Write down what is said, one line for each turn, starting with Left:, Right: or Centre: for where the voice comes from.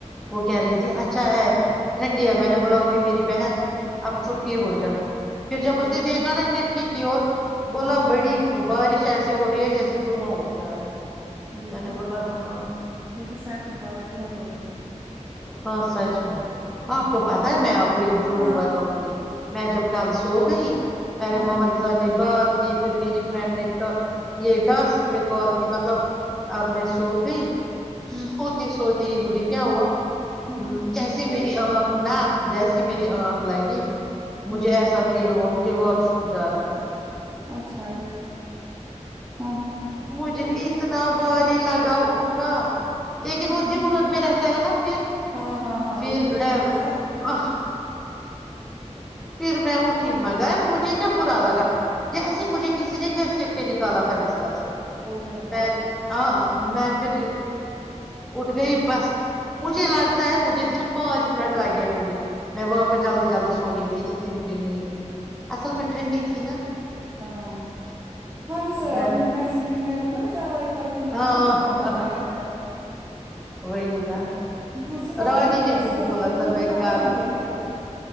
Centre: وہ
Right: پھر
Centre: کہہ رہی تھی اچھا ہے ٹھنڈی ہے میں نے بولا وہی میری بہن اب چپ
Right: ہمم
Centre: یہ ہو جا پھر جب اس
Right: اور
Centre: نے دیکھا
Right: کیا
Centre: نا کھڑکی کی اور بولا
Right: ہمم
Centre: بڑی بارش ایسی ہو رہی ہے جیسے دھواں اٹھ رہا ہے
Right: دیکھا
Centre: میں نے بولا ہاں
Right: لیکن سچ میں بارش بہت ہو رہی تھی
Centre: ہاں سچ میں آپ کو پتا ہے میں آپ کو ایک جوک
Right: ہاں
Centre: بتاؤں گی میں جب کل سو گئی پہلے
Right: ہاں
Centre: ماما دے نے بات کی پھر میری فرینڈ نے ٹا یہ ٹاسک پہ کال کی مطلب اب میں سو گئی سوتی
Right: ہمم
Centre: سوتی مجھے کیا ہوا
Right: ہمم
Centre: جیسی
Right: نیند آ
Centre: میری
Right: گئی
Centre: آنکھ نہ جیسی میری آنکھ لگی
Right: ہمم
Centre: مجھے ایسا فیل ہوا مجھے واش روم جانا ہے
Right: اچھا یہ ہاں
Centre: مجھے اتنا بہاری لگا اٹھنا لیکن
Right: ہمم
Centre: وہ دماغ میں رہتا ہے نا پھر
Right: ہاں ہاں ہاں
Centre: پھر
Right: وہ ڈپرشن
Centre: ہے
Right: جیسا
Centre: پھر میں اٹھی مگر مجھے کیا برا لگا جیسے مجھے کسی نے گھسیٹ کے نکالا تھا بستر سے
Right: ہو جاتا
Centre: میں
Right: ہے
Centre: ہاں میں پھر اٹھ گئی بس مجھے لگتا ہے مجھے صرف پانچ منٹ لگے ہوں گے میں واپس جلدی جلدی سونے گئی اتنی مجھے نیند تھی اصل میں ٹھنڈی تھی نا
Right: ہاں ہاں ب سر
Centre: گھر
Right: آپ نے میسج کیج میں نے بول ن میں دوائی کتی ہوں مجھے
Centre: ہاں
Right: پھر پتا ہی نہیں رہتا ہے
Centre: وہی نا
Right: مجھے اس سے پتا
Centre: روانی
Right: ہی نہیں میں
Centre: نے بھی
Right: سو
Centre: بولا
Right: جاتی
Centre: تھا
Right: ہوں مجھے
Centre: میں
Right: پتا
Centre: کہاروں
Right: ہی نہیں رہتا ہے